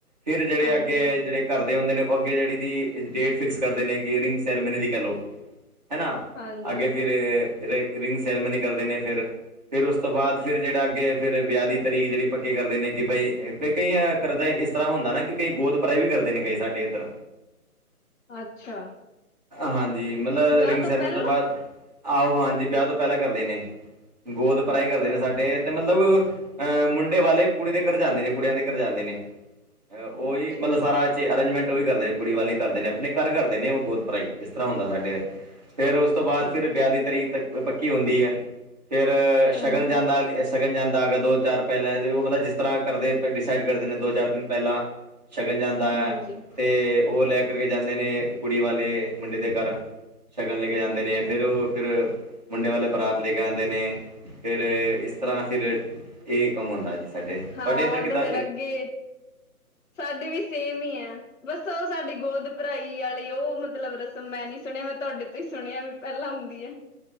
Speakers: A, on the right; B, on the left.
A: ਫਿਰ ਜਿਹੜੇ
B: ਹਾਂਜੀ
A: ਅੱਗੇ ਜਿਹੜੇ ਘਰਦੇ ਹੁੰਦੇ ਨੇ ਉਹ ਅੱਗੇ ਜਿਹੜੀ ਦੀ ਡੇਟ ਫਿਕਸ ਕਰਦੇ ਨੇ ਕਿ ਰਿੰਗ ਸੈਰੇਮਨੀ ਦੀ ਕਹਿ ਲੋ। ਹੈਨਾ
B: ਹਾਂਜੀ
A: ਅੱਗੇ ਫਿਰ ਰ ਰਿੰਗ ਸੈਰੇਮਨੀ ਕਰਦੇ ਨੇ ਫਿਰ। ਫਿਰ ਉਸ ਤੋਂ ਬਾਦ ਫਿਰ ਜਿਹੜਾ ਅੱਗੇ ਫਿਰ ਵਿਆਹ ਦੀ ਤਰੀਕ ਜਿਹੜੀ ਪੱਕੀ ਕਰਦੇ ਨੇ ਕਿ ਬਈ ਕਈਆਂ ਕਰਦੇ ਇਸ ਤਰ੍ਹਾਂ ਹੁੰਦਾ ਨਾ ਕਿ ਕਈ ਗੋਦਪਰਾਈ ਵੀ ਕਰਦੇ ਨੇ ਕਈ ਸਾਡੇ ਇੱਧਰ।
B: ਅੱਛਾ
A: ਹਾਂਜੀ ਮਤਲਬ
B: ਵਿਆਹ
A: ਰਿੰਗ ਸੈਰੇਮਨੀ
B: ਪਹਿਲਾਂ
A: ਤੋਂ ਬਾਦ ਆਹੋ ਹਾਂਜੀ ਵਿਆਹ ਤੋਂ ਪਹਿਲਾਂ ਕਰਦੇ ਨੇ, ਗੋਦ ਪਰਹੀ
B: ਅੱਛਾ
A: ਕਰਦੇ ਨੇ ਸਾਡੇ ਤੇ ਮਤਲਬ ਅਹ ਮੁੰਡੇ ਵਾਲੇ ਕੁੜੀ ਦੇ ਘਰ ਜਾਂਦੇ ਨੇ ਕੁੜੀਆਂ ਦੇ ਘਰ ਜਾਂਦੇ ਨੇ। ਉਹੀ
B: ਅੱਛਾ
A: ਮਤਲਬ ਸਾਰਾ ਅਰੇਂਜਮੈਂਟ ਉਹੀ ਕਰਦੇ ਨੇ ਕੁੜੀ ਵਾਲੇ ਕਰਦੇ ਨੇ ਆਪਣੇ ਘਰ ਕਰਦੇ ਨੇ ਉਹ ਗੋਦਪਰਾਈ। ਇਸ ਤਰ੍ਹਾਂ ਹੁੰਦਾ ਸਾਡੇ ਫਿਰ ਉਸ ਤੋਂ ਬਾਦ
B: ਅੱਛਾ
A: ਫਿਰ ਵਿਆਹ ਦੀ ਤਰੀਕ ਤ ਪੱਕੀ ਹੁੰਦੀ ਹੈ। ਫੇਰ ਸ਼ਗਨ
B: ਹਾਂਜੀ
A: ਜਾਂਦਾ ਸ਼ਗਨ ਜਾਂਦਾ ਆਗਾ ਦੋ-ਚਾਰ ਪਹਿਲਾਂ ਮਤਲਬ ਜਿਸ ਤਰ੍ਹਾਂ ਕਰਦੇ ਡਿਸਾਈਡ ਕਰਦੇ ਨੇ ਦੋ-ਚਾਰ ਦਿਨ ਪਹਿਲਾਂ ਸ਼ਗਨ ਜਾਂਦਾ ਹੈ
B: ਹਾਂਜੀ
A: ਤੇ ਉਹ ਲੈ ਕੇ ਕਰਕੇ ਜਾਂਦੇ ਨੇ ਕੁੜੀ ਵਾਲੇ ਮੁੰਡੇ ਦੇ ਘਰ। ਸ਼ਗਨ ਲੈ ਕੇ ਜਾਂਦੇ
B: ਅੱਛਾ
A: ਨੇ ਫਿਰ ਉਹ ਫਿਰ ਮੁੰਡੇ ਵਾਲੇ ਬਰਾਤ ਲੈ ਕੇ ਆਉਂਦੇ ਨੇ ਫਿਰ ਇਸ ਤਰ੍ਹਾਂ ਫਿਰ ਇਹ ਕੰਮ ਹੁੰਦਾ ਜੀ ਸਾਡੇ,
B: ਹਾਂ
A: ਤੁਹਾਡੇ ਇੱਧਰ
B: ਉਹ
A: ਕਿੱਦਾਂ
B: <inaudible> ਸਾਡੇ ਵੀ ਸੇਮ ਹੀ ਹੈ। ਬਸ ਉਹ ਸਾਡੀ ਗੋਦ ਭਰਾਈ ਆਲੀ ਉਹ ਮਤਲਬ ਰਸਮ ਮੈਂ ਨੀ ਸੁਣਿਆ ਮੈਂ ਤੁਹਾਡੇ ਤੋਂ ਹੀ ਸੁਣਿਆ ਵੀ ਪਹਿਲਾਂ ਹੁੰਦੀ ਹੈ।